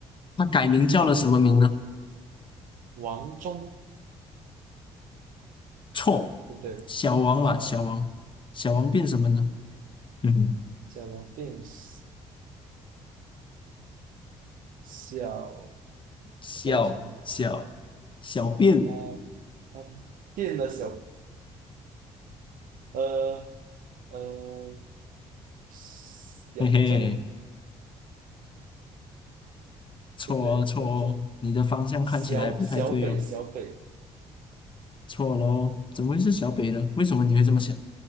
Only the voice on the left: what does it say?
他改名叫了什么名呢？
错，
小王嘛，
小王，小王变什么呢？嗯哼，
小小小便，
<laughs> 嘿嘿。错哦，
错哦，
你的方向看起来不太对哦，
错喽，怎么会是小北呢？为什么你会这么想？